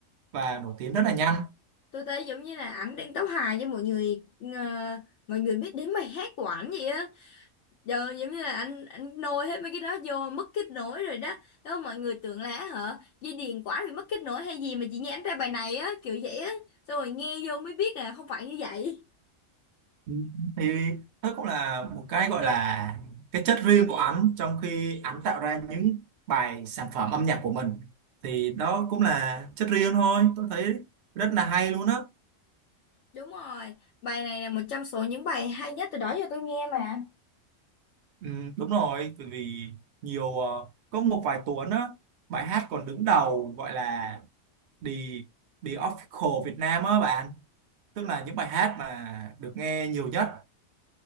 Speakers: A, on the right; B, on the left.
A: và nổi tiếng rất là nhanh
B: tôi thấy giống như là ảnh đang tấu hài với mọi người ờ, mọi người biết đến bài hát của ảnh vậy á giờ giống như là anh anh nôi hết mấy cái đó vô mất kết nối rồi đó đó mọi người tưởng là hả dây điền quả bị mất kết nối hay gì mà chị nghe ảnh ra bài này á kiểu vậy á xong rồi nghe vô mới biết là không phải như vậy
A: Ừ, thì đó cũng là một cái gọi là cái chất riêng của ảnh trong khi ảnh tạo ra những bài sản phẩm âm nhạc của mình thì đó cũng là chất riêng thôi tôi thấy rất là hay luôn á
B: đúng rồi bài này là một trong số những bài hay nhất từ đó giờ tôi nghe mà
A: ừ, đúng rồi bởi vì nhiều ờ, có một vài tuần á bài hát còn đứng đầu gọi là The The Official Việt Nam á bạn tức là những bài hát mà được nghe nhiều nhất